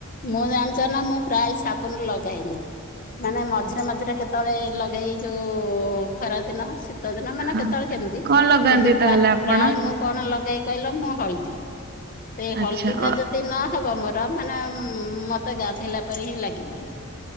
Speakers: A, on the left; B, on the right.
A: ମ ଆମ <unintelligible> ମୁଁ ପ୍ରାୟ ସାବୁନ ଲଗାଇନି। ମାନେ ମଝିରେ, ମଝିରେ କେତେବେଳେ ଲଗେଇ ଯୋଉ ଖରାଦିନ, ଶୀତ ଦିନ, ମାନେ
B: ହଁ
A: କେତେବେଳେ କେମତି।
B: କଣ ଲଗାନ୍ତି
A: କିନ୍ତୁ
B: ତାହେଲେ
A: ପ୍ରାୟ
B: ଆପଣ?
A: ପ୍ରାୟନ କଣ ଲଗେଇ କହିଲ ମୁଁ ହଳଦୀ। ସେଇ
B: ଆଚ୍ଛା
A: ହଳଦୀ ଟା
B: ଅ
A: ଯଦି ନହବ ମୋର ମାନେ ମତେ ଗାଧୋଇଲା ପରେ ହିଁ ଲାଗିବନି।